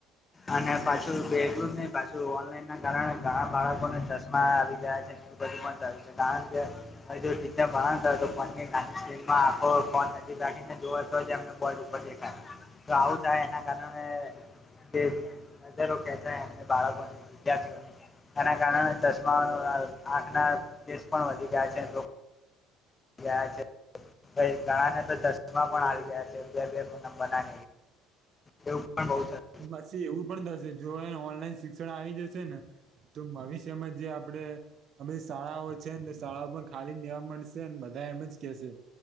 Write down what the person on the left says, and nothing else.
અને પાછું બેગું નહ પાછું ઓનલાઈન ના કારણે ઘણા બાળકોને ચશ્મા આવી ગયા છે. એવ બધું પણ સારીું છે કારણ કે હવેી ભણ તો ફોનની નાની સ્ક્રિનમાં આખો ફોન રાખીને જો એમ ડર તો આવું થાય એના કારણે જ નજરો કેતા એમને બાળકોને વિદ્યાર્થીઓને એના કારણે ચશ્માનો આંખના કેસ પણ વધી ગયા છે. ગયા છે પ ઘણા ને તો ચશ્મા પણ આવી ગયા છે બે બે નંબર ના. એવું પણ બહુ સું.